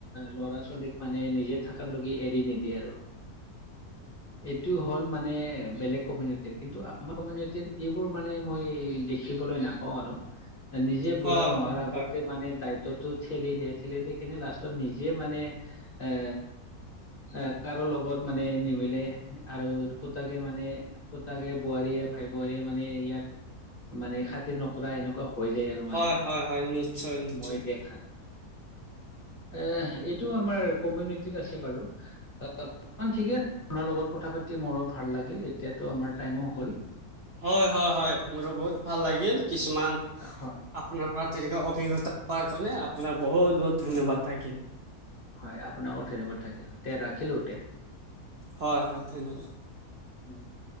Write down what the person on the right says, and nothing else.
হয়,
হয়,
হয়, হয়, হয়, নিশ্চয়, নিশ্চয়,
হয়, হয়, হয় মোৰো বহুত ভাল লাগিল কিছুমান-
আপোনাৰ পৰা তেনেকুৱা অভিজ্ঞতা কৰাৰ কাৰণে আপোনাক বহুত বহুত ধন্যবাদ থাকিল।
হয়, হয় ধন্যবাদ।